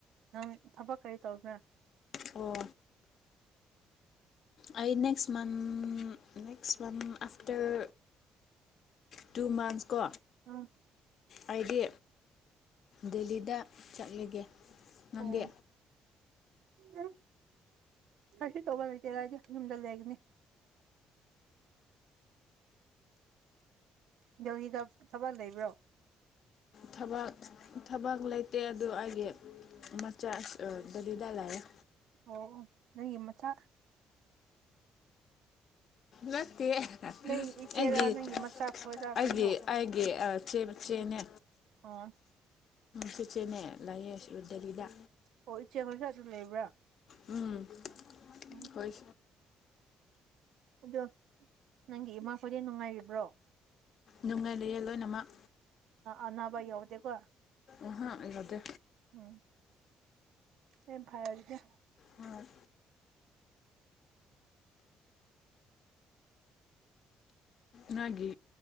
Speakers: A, on the right (about 80°); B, on the left (about 60°).
A: ꯅꯪ ꯊꯕꯛ ꯀꯔꯤ ꯇꯧꯕ꯭ꯔꯥ
B: ꯑꯣ ꯑꯩ ꯅꯦꯛꯁ ꯃꯟꯥ ꯅꯦꯛꯁ ꯃꯥꯟ ꯑꯐꯇꯥꯔ ꯇꯨ ꯃꯥꯟꯁ ꯒꯣ
A: ꯎꯝ
B: ꯑꯩꯗꯤ ꯗꯦꯜꯂꯤꯗ ꯆꯠꯂꯒꯦ ꯅꯪꯗꯤ
A: ꯑꯣ ꯎꯝ ꯀꯩꯁꯨ ꯇꯧꯕ ꯂꯩꯇꯦꯗ ꯌꯨꯝꯗ ꯂꯩꯕꯅꯤ- ꯗꯦꯜꯂꯤ ꯗ ꯊꯕꯛ ꯂꯩꯕ꯭ꯔꯣ
B: ꯊꯕꯛ ꯊꯕꯛ ꯂꯩꯇꯦ ꯑꯗꯨ ꯑꯩꯒꯤ ꯃꯆꯥ ꯗꯦꯜꯂꯤ ꯗ ꯂꯩꯏꯌꯦ
A: ꯑꯣ ꯅꯪꯒꯤ ꯃꯆꯥ
B: ꯅꯠꯇꯦ ꯑꯩꯒꯤ
A: ꯅꯪꯒꯤ ꯏꯆꯦꯔꯥ ꯅꯪꯒꯤ ꯃꯆꯥ ꯈꯣꯏꯔꯥ
B: ꯑꯩꯒꯤ
A: ꯀꯩꯅꯣ
B: ꯑꯩ ꯒꯤ ꯃꯆꯦ ꯃꯆꯦ ꯅꯦ꯫
A: ꯑꯣ
B: ꯆꯦꯆꯦ ꯅꯦ ꯂꯩꯌꯦ ꯁꯤ ꯗꯦꯂꯤꯗ
A: ꯑꯣ ꯏꯆꯦ ꯈꯣꯏꯗ ꯑꯗꯨꯝ ꯂꯩꯕ꯭ꯔꯥ
B: ꯎꯝ
A: ꯎꯝ
B: ꯍꯣꯏ
A: ꯑꯗꯣ ꯅꯪꯒꯤ ꯏꯃꯥꯈꯣꯏꯗꯤ ꯅꯨꯡꯉꯥꯏꯔꯤꯕ꯭ꯔꯣ
B: ꯅꯨꯡꯉꯥꯏ ꯂꯩꯌꯦ ꯂꯣꯏꯅꯃꯛ
A: ꯑꯅꯥꯕꯥ ꯌꯥꯎꯗꯦꯀꯣ
B: ꯑꯍꯥ ꯌꯥꯎꯗꯦ
A: ꯎꯝ ꯌꯥꯝ ꯐꯩ ꯑꯗꯨꯗꯤ
B: ꯍꯣꯏ ꯅꯪꯒꯤ